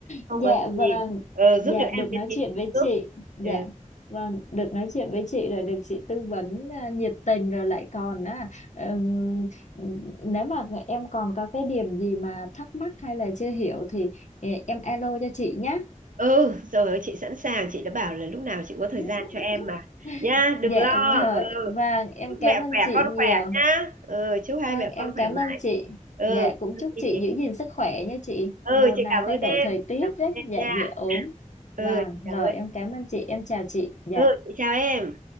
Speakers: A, on the right (about 80°); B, on the left (about 60°).
A: không
B: dạ
A: có
B: vâng,
A: gì ừ,
B: dạ
A: giúp được
B: được
A: em cái
B: nói
A: gì
B: chuyện
A: thì
B: với
A: giúp
B: chị, dạ
A: ừ.
B: vâng, được nói chuyện với chị rồi được chị tư vấn à, nhiệt tình rồi lại còn á, ừm, nếu mà em còn có cái điểm gì mà thắc mắc hay là chưa hiểu thì ờ, em alo cho chị nhé.
A: ừ rồi ơi, chị sẵn sàng chị đã bảo là lúc nào chị cũng có thời
B: <laughs>
A: gian cho em mà nha đừng
B: Dạ
A: lo
B: rồi,
A: ừ.
B: vâng, em
A: chúc
B: cảm
A: mẹ
B: ơn
A: khỏe
B: chị
A: con
B: nhiều.
A: khỏe nhá ừ, chúc hai
B: Vâng,
A: mẹ
B: em
A: con
B: cảm
A: khỏe mãi
B: ơn chị.
A: ừ
B: Dạ, cũng chúc
A: thì
B: chị giữ gìn sức khỏe nha chị.
A: ừ
B: Mùa
A: chị
B: này
A: cảm
B: thay
A: ơn
B: đổi
A: em
B: thời tiết
A: cảm ơn
B: rất
A: em
B: dạ
A: nha
B: dễ ốm.
A: ừ
B: Vâng,
A: chị cảm
B: rồi
A: ơn
B: em cảm ơn chị, em chào chị. Dạ.
A: ừ chị chào em